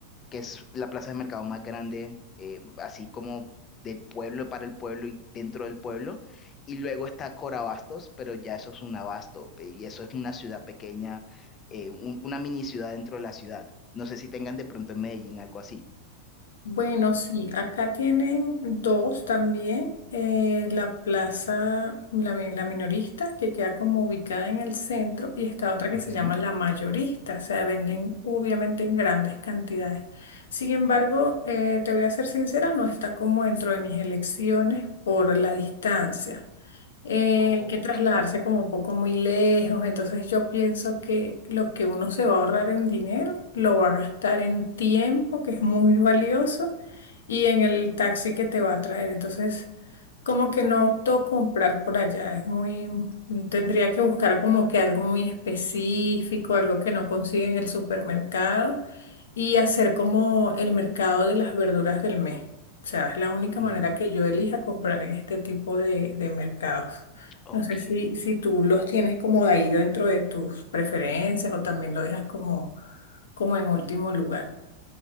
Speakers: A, on the left; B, on the left.
A: que es la plaza de mercado más grande, eh, así como del pueblo para el pueblo y dentro del pueblo. Y luego está Corabastos, pero ya eso es un abasto, pe- y eso es una ciudad pequeña, eh, un- una mini ciudad dentro de la ciudad. No sé si tengan de pronto en Medellín algo así.
B: Bueno, sí, acá tienen dos también. eh, la plaza, la, mi- la minorista, que queda como ubicada en el centro, y está otra que
A: Ujú.
B: se llama la mayorista, o sea, venden obviamente en grandes cantidades. Sin embargo, eh, te voy a ser sincera, no está como dentro de mis elecciones por la distancia. eh,
A: Ok.
B: hay que trasladarse como un poco muy lejos, entonces yo pienso que lo que uno se va a ahorrar en dinero, lo va a gastar en tiempo, que es muy <laughs> valioso, y en el taxi que te va a traer. Entonces, como que no opto comprar por allá, es muy, mm, tendría que buscar como que algo muy específico, algo que no consigue en el supermercado y hacer como el mercado de las verduras del mes. O sea, es la única
A: Mm,
B: manera que yo elija comprar en este tipo de, de mercados.
A: ok.
B: No sé si, si tú los tienes como de ahí dentro de tus preferencias o también lo dejas como, como en último lugar.